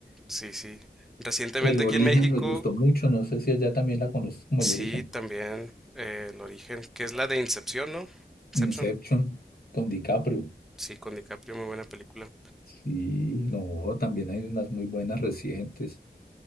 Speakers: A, in the centre; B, on the left (about 60°).
A: sí, sí. Recientemente
B: El origen
A: aquí en México,
B: me gustó mucho, no sé si allá también la conoces como
A: sí,
B: el origen.
A: también eh, El Origen, que es la de Incepción, ¿no? Inception,
B: Inception con DiCaprio.
A: sí, con DiCaprio, muy buena película.
B: Sí, no, también hay unas muy buenas recientes.